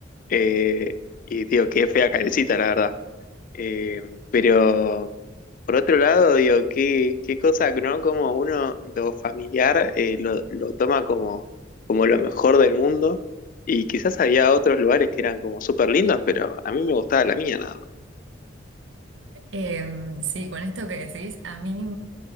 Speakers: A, on the left; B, on the right.
A: eh, y digo, qué fea carecita, la verdad. Eh, pero por otro lado, digo, qué, qué cosa, ¿no? Como uno lo familiar eh, lo, lo toma como, como lo mejor del mundo, y quizás había otros lugares que eran como súper lindos, pero a mí me gustaba la mía nada más.
B: Em, sí, con esto que decís, a mí...